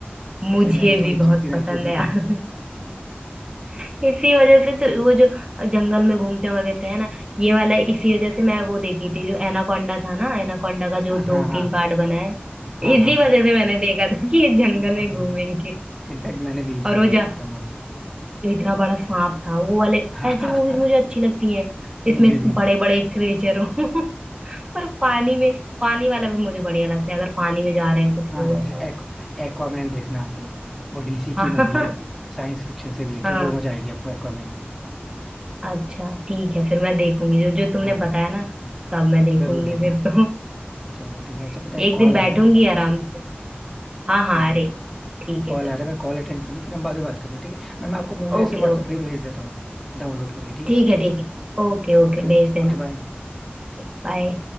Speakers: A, on the right; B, in the centre.
A: मुझे
B: तो इसलिए मैंने तो
A: भी
B: ये
A: बहुत
B: जिस दिन
A: पसंद
B: आई थी उसी
A: है
B: दिन
A: यार
B: देखी मैंने तो
A: <laughs> इसी वजह से तो वो जो जंगल में घूमते वगैरह है ना ये वाला इसी वजह से मैं वो देखी थी जो एनाकोंडा था ना एनाकोंडा का
B: अच्छा,
A: जो
B: हाँ
A: दो
B: हाँ
A: तीन पार्ट बना है
B: हाँ
A: इसी
B: हाँ हाँ,
A: वजह से मैंने देखा था कि ये जंगल
B: मैंने
A: में घूमेंगे
B: भी इनफैक्ट मैंने भी इसीलिए
A: और वो
B: देखता
A: जा
B: हूँ अभी
A: जो इतना बड़ा सांप था वो वाले
B: <laughs> हाँ
A: ऐसी
B: हाँ
A: मूवीज
B: हाँ
A: मुझे अच्छी लगती हैं
B: मुझे
A: जिसमें
B: भी
A: बड़े बड़े क्रिएचर हो <laughs> पर पानी में पानी वाला भी मुझे बढ़िया लगता है अगर पानी में जा रहे हैं कुछ
B: हाँ
A: हो
B: जैसे
A: ऐसा
B: एक्वामैन देखना आप फिर वो डीसी की
A: हाँ
B: मूवी है
A: <laughs>
B: साइंस फिक्शन से रिलेटेड
A: हाँ
B: वो मजा आएगी आपको एक्वामैन में
A: अच्छा ठीक है फिर मैं देखूंगी जो जो तुमने
B: हाँ
A: बताया ना सब मैं देखूंगी
B: जरूर देखना
A: फिर तो
B: चलो ठीक है
A: <laughs>
B: अच्छा पता है
A: एक
B: कॉल
A: दिन बैठूंगी
B: आ रहा है
A: आराम से हाँ
B: ठीक
A: हाँ
B: है ठीक
A: अरे
B: है
A: ठीक
B: कॉल
A: है कर
B: आ रहा है
A: लो
B: मैं कॉल अटेंड कर लूँ फिर हम बाद में बात करते हैं ठीक है मैं मैं आपको मूवी
A: Okay
B: ऐसे व्हाट्सएप
A: okay
B: पे भेज देता हूँ डाउनलोड करके ठीक
A: ठीक
B: है
A: है ठीक है ओके ओके
B: Okay
A: भेज देना
B: okay bye
A: Okay bye